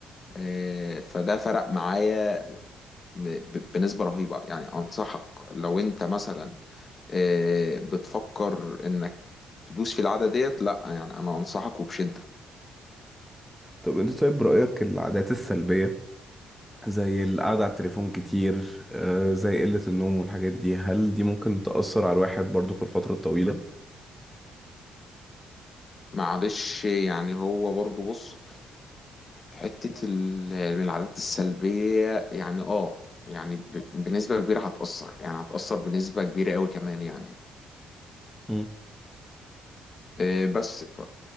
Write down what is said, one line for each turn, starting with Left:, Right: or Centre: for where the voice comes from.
Left: آه، فده فرق معايا م- ب- بنسبة رهيبة يعني أنصحك لو أنت مثلا آه، بتفكر إنك تدوس في العادة ديت لأ يعني أنا أنصحك وبشدة
Centre: طب انت طيب رأيك العادات السلبية زي القعدة على التليفون كتير آه، زي قلة النوم والحاجات دي هل دي ممكن تأثر على الواحد برضو في الفترة الطويلة؟
Left: معلش يعني هو برضو بص حتة ال- من العادات السلبية يعني اه يعني ب- بنسبة كبيرة هتأثر يعني هتأثر بنسبة كبيرة قوي كمان يعني
Centre: مم.
Left: آه، بس ف...